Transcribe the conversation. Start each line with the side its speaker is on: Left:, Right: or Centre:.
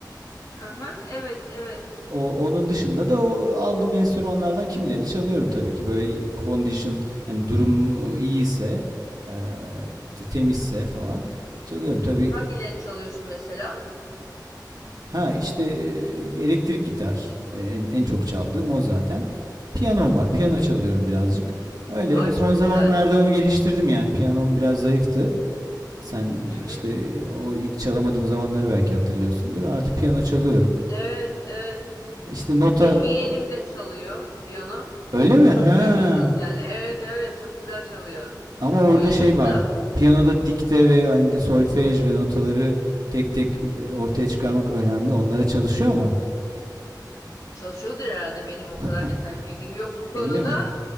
Left: Aha, evet, evet.
Right: O, onun dışında da o aldığım enstrümanlardan kimilerini çalıyorum tabii ki. Böyle condition yani durum iyiyse e, temizse falan çalıyorum. Tabii
Left: Hangilerini çalıyorsun mesela?
Right: Ha işte e, elektrik gitar e, en, en çok çaldığım o zaten. Piyanom var. Piyano
Left: Hı hı.
Right: çalıyorum birazcık. Öyle
Left: Ay
Right: son
Left: çok
Right: zamanlarda
Left: güzel.
Right: onu geliştirdim yani. Piyanom biraz zayıftı. Sen
Left: Hı hı.
Right: işte o ilk çalamadığım zamanları belki hatırlıyorsundur. Artık piyano çalıyorum.
Left: Evet, evet.
Right: İşte nota
Left: Benim yeğenim de çalıyor piyano.
Right: öyle mi? Ha.
Left: Çok memnunuz yani. Evet, evet, çok güzel çalıyor.
Right: Ama orada
Left: 10 yaşında.
Right: şey var. Piyanoda dikte ve hani de solfej ve notaları tek tek e, ortaya çıkarmak önemli. Onlara çalışıyor mu?
Left: Çalışıyordur herhalde benim o
Right: <laughs>
Left: kadar detaylı bilgim yok bu konuda.
Right: Öyle mi?